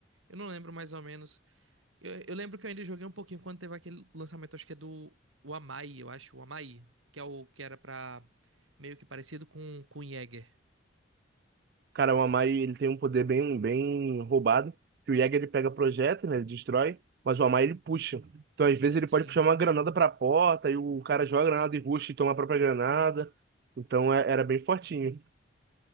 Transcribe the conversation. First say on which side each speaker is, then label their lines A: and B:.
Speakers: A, on the right; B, on the right.
A: Eu não lembro mais ou menos. Eu, eu lembro que eu ainda joguei um pouquinho quando teve aquele lançamento, acho que é do o Amai, eu acho, o Amai, que é o que era pra meio que parecido com com o Jäger.
B: Cara, o Amari, ele tem um poder bem, bem roubado, que o Jäger, ele pega projétil, né, ele destrói, mas o Amari, ele puxa. Então, às vezes, ele
A: Sim.
B: pode puxar uma granada pra porta, e o cara joga a granada e rusha e toma a própria granada. Então, é- era bem fortinho.